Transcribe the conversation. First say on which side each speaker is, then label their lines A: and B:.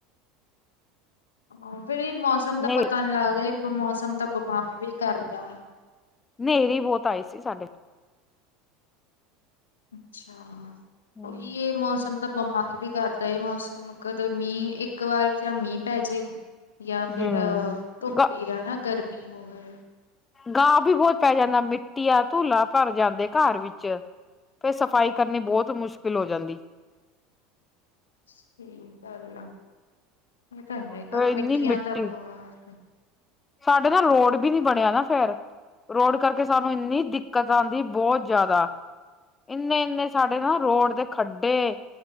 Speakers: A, on the left (about 75°); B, on the left (about 20°).
A: ਹਾਂ ਫੇਰ ਇਹ ਮੌਸਂਮ
B: ਹਨੇਰੀ
A: ਦਾ ਪਤਾ ਨੀ ਲੱਗਦਾ ਇਹ ਮੌਸਂਮ ਤਾਂ ਬਿਮਾਰ ਵੀ ਕਰਦਾ।
B: ਨੇਰੀ ਬਹੁਤ ਆਈ ਸੀ ਸਾਡੇ।
A: ਅੱਛਾ,
B: ਹੂੰ
A: ਉਹੀ ਇਹ ਮੌਸਮ ਤਾਂ ਬਿਮਾਰ ਵੀ ਕਰਦਾ ਮੌਸਂਮ ਕੱਦੇ ਮੀਂਹ ਇੱਕ ਵਾਰ ਜਾਂ ਮੀਂਹ ਪੈ ਜੇ ਜਾਂ ਫੇਰ
B: ਹੂੰ
A: ਧੁੱਪ
B: ਗਾ
A: ਹੀ ਹੈ ਜਾ ਗਰਮੀ ਹੋਵੇ।
B: ਗਾਂ ਵੀ ਬਹੁਤ ਪੈ ਜਾਂਦਾ ਮਿੱਟੀਆ ਧੂਲਾ ਭਰ ਜਾਂਦੇ ਘਰ ਵਿੱਚ, ਫਿਰ ਸੱਬ ਸਫ਼ਾਈ ਕਰਨੀ ਬਹੁਤ ਮੁਸ਼ਕਿਲ ਹੋ ਜਾਂਦੀ।
A: ਸਹੀ ਗੱਲ ਆ, ਇਹ ਤਾਂ ਹੈਗਾ
B: ਫੇਰ
A: ਮਿੱਟੀਆਂ
B: ਇੰਨੀ ਮਿੱਟੀ
A: ਤਾਂ ਬਹੁਤ
B: ਸਾਡੇ ਨਾ ਰੋਡ ਵੀ ਨੀ ਬਣਿਆ ਨਾ ਫੇਰ। ਰੋਡ ਕਰਕੇ ਸਾਨੂੰ ਇੰਨੀ ਦਿੱਕਤ ਆਂਦੀ ਬਹੁਤ ਜਾਦਾ। ਇੰਨੇ ਇੰਨੇ ਸਾਡੇ ਨਾ ਰੋਡ ਦੇ ਖੱਡੇ।